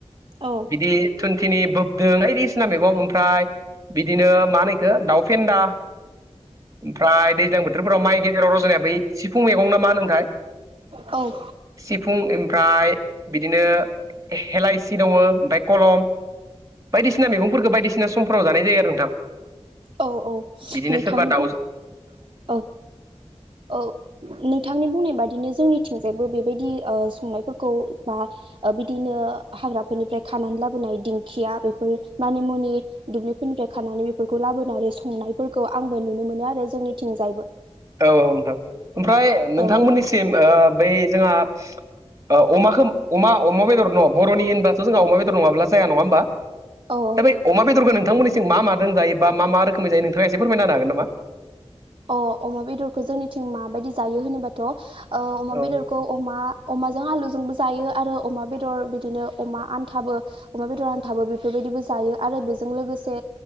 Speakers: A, on the right; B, on the right.
A: औ
B: बिदि थुुनथिनि बोदों बायदिसिना मैगं ओमफ्राय बिदिनो मा होनो इखो दाउ फेन्दा ओमफ्राय दैज्लां बोथोरफोराव माइ गेजेराव रज'नाया बै सिफुं मेगं ना मा होनोमोनथाय?
A: औ
B: सिफुं ओमफ्राय बिदिनो हेलाइसि दङ ओमफ्राय कलम बायदिसिना मैगंफोरखौ बायदिसिना समफोराव जानाय जायो आरो नोंथां।
A: औ औ
B: बिदिनो
A: नोंथांनि
B: सोरबा दाउजों
A: बुं <inaudible> औ औ नोंथांनि बुंनाय बादिनो जोंनिथिंजायबो बेबायदि ओ संनायफोरखौ बा ओ बिदिनो हाग्राफोरनिफ्राय खानानै लाबोनाय दिंखिया बेफोर मानि मुनि दुब्लिफोरनिफ्राय्र खानानै बेफोरखौ लाबोनानै संनायफोरखौ आंबो नुनो मोनो आरो जोंनिथिंजायबो।
B: औ औ नोंथां ओमफ्राय नोंथांमोननिसिम
A: औ
B: ओ बै जोंहा ओ अमाखौ अमा अमा बेदर न' बर'नि होनबाथ' जोंहा अमा बेदर नङा होमबा?
A: औ औ
B: दा बे अमा बेदरखौ नोंथांनिथि मा मा जों जायो बा मा मा रोखोमै जायो नोंथाङा एसे फोरमायनानो हागोन नामा?
A: अ अमा बेदरखौ जोंनिथिं माबायदि जायो होनोबाथ' ओ अमा
B: औ
A: बेदर खौ अमा अमाजों आलुजोंबो जायो आरो अमा बेदर बिदिनो अमा आन्थाबो अमा बेदर आानथाबो बेफोरबायदिबो जायो आरो बेजों लोगोसे